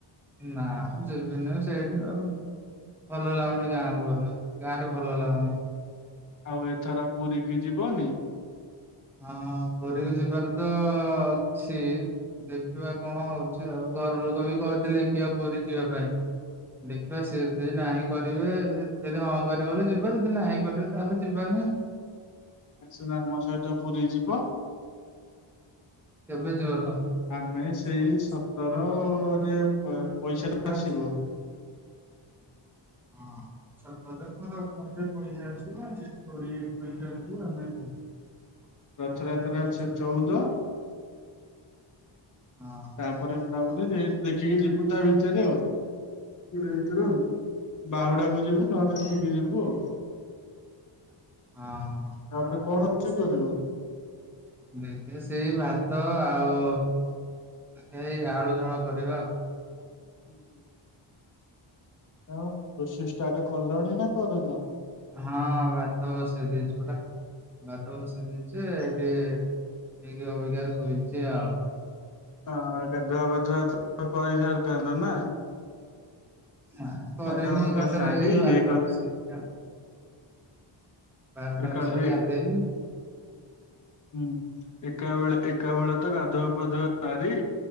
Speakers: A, in the centre; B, on the left.
A: ନା <unintelligible> ସେଇଠି ଆଉ ଭଲ ଲାଗୁନି ଗାଁକୁ ଗଲେ, ଗାଁ ରେ ଭଲ ଲାଗୁନି।
B: ଆଉ ଏଥର ପୁରୀକି ଯିବନି?
A: ହଁ ପୁରୀକୁ ଯିବାର ତ ଅଛି, ଦେଖ ଖିବା କଣ ହଉଛି ଆଉ ଘର ଲୋକ ବି କହିଥିଲେ କି ଆ ପୁରୀ ଯିବା ପାଇଁ। ଦେଖିବା ସିଏ ଯଦି ନାହିଁ କରିବେ ଯଦି ହଁ କରିବ ଯିବା ଯଦି ନାହିଁ କରିବେ ତାହେଲେ ଯିବାନି।
B: ଆସୁନ ଆମ ସହିତ ପୁରୀ ଯିବ।
A: କେବେ ଯିବ ତମେ?
B: ଆମେ
A: ଆ ସେଇ
B: ସତରରେ
A: ସକାଳମାନେ
B: ପଇସାରେ
A: ପଇସା ଟା
B: ଆସିବ।
A: ଅଛି। ହଁ। ସତର କି ଅଠର ରେ ପଇସା ଆସିବ ସେ କୋଡିଏ ଏକୋଇଶି ଆଡକୁ ଆମେ ଯିବା।
B: ରଥଯାତ୍ରା
A: ତାପରେ ଏଥର
B: ଚଉଦ
A: <unintelligible> ହଁ
B: ତାପରେ
A: <unintelligible>
B: ତାପରେ ସେଇ ଦେଖିକି
A: ଆଉ
B: ଯିବୁ ତା ଭିତରେ
A: <unintelligible>
B: ଆଉ।
A: ବାହୁଡାକୁ
B: କୋଡିଏ ଭିତରେ ଆଉ
A: ଯିବୁ
B: ବାହୁଡାକୁ
A: ନହେଲ
B: ନହେଲେ ଏଠିକି ଯିବୁ ଆଉ।
A: <unintelligible> ହଁ।
B: ଏବେ କଣ ରୋଷେଇ କରିବ?
A: ଦେଖିଆ ସେଇ ଭାତ ଆଉ ସେଇ ଆଳୁ ଝୋଳ କରିବା।
B: ହୁଁ ହୁଁ। ଆଉ ରୋଷେଇ ଷ୍ଟାର୍ଟ କଲଣି ନା କରିନ?
A: ହଁ ଭାତ ବସେଇ ଦେଇଚୁ ପରା। ବାତ ବସେଇ ଦେଇଚି ଏଠି ଟିକେ ଅବିକା ଶୋଇଚି ଆଉ।
B: ହଁ ଗାଧୁଆବାଧୁଆ ତ କରିସାରିଥାନ୍ତ ନା।
A: ନା କରିନି
B: ଗାଧୁଆ ପାଧୁଆ
A: ଏଗାର
B: ସାରି
A: ଟା ରେ ବାର
B: ଇଏ କରି
A: ଟା ବସିକି। ବାରଟା
B: ଏକାଳେ
A: ବସିକି
B: ହୁଁ
A: ଗାଧେଇବି।
B: ହୁଁ ଏକା ବେଳେ ଏକା ବେଳେ ତ ଗାଧୁଆ ପାଧୁଆ ସାରି